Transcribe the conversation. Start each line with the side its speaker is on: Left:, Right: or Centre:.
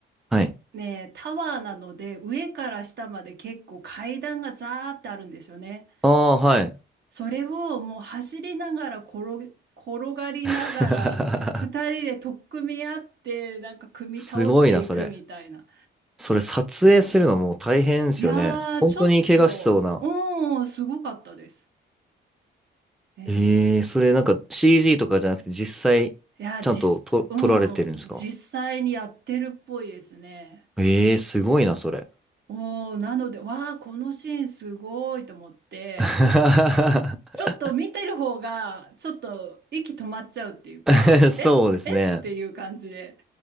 Centre: はい。
Right: ねえ、タワーなので上から下まで結構階段がザーってあるんですよね。
Centre: ああ、はい。
Right: それをもう走りながら転げ、転がりながら二人で取っ組み合ってなんか組み倒していくみたいな。
Centre: <laughs> すごいな、それ。それ撮影するのもう大変ですよね。
Right: いやー、
Centre: 本当に怪我しそうな。
Right: ちょっと、うん、すごかったです。ええ
Centre: えー、それなんか CG とかじゃなくて実際ちゃんとと撮られてるんですか
Right: いや、実、うん、実際にやってるっぽいですね。
Centre: えー、すごいな、それ。
Right: おー、なので、わー、このシーンすごいと思って、
Centre: <laughs>
Right: ちょっと見てる方が、ちょっと息止まっちゃうっていうか、
Centre: <laughs> そうですね。
Right: ええっていう感じで、